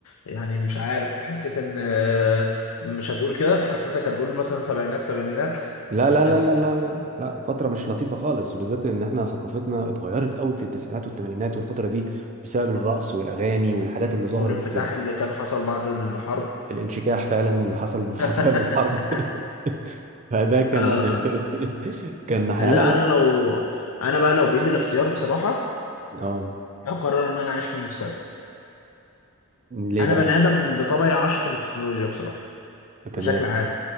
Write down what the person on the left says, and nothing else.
يعني مش عارف حسيت ان آه، مش هتقول كده حسيتك هتقول مثلا سبعينات تمانينات
بس
والانفتاح اللي كان حصل بعد الحرب
<laughs>
اه
اه
لا
انا آه. لو انا بقى لو بايدي الاختيار بصراحه
هقرر ان انا اعيش في المستقبل
انا
بني ادم بطبعي عاشق للتكنولوجيا بصراحه
بشكل عام